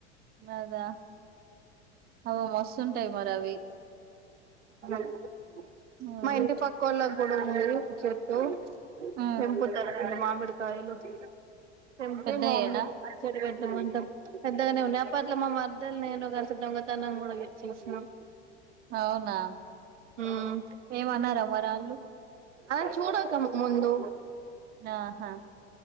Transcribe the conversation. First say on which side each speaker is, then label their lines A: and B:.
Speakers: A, on the right (about 30°); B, on the right (about 85°).
A: అదా అవి మస్తుంటాయి మరి అవి
B: <inaudible>
A: మ్మ్
B: మా ఇంటి పక్కవ వాళ్ళ కూడా ఉంది చెట్టు
A: మ్మ్
B: తెంపుతార అండి మామిడి కాయలు తెంపి
A: పెద్దయేనా
B: మామిడి పచ్చడి పెట్టీ తెమ్మంటం పెద్దగానే ఉన్నాయా అప్పట్లో మా మారదాలు నేను కలిసి దొంగతనం కూడా చేసినాం
A: అవునా
B: ఉమ్
A: ఏమీ అనరా మరి వాళ్ళు
B: ఆ చూడక ముందు
A: ఆహా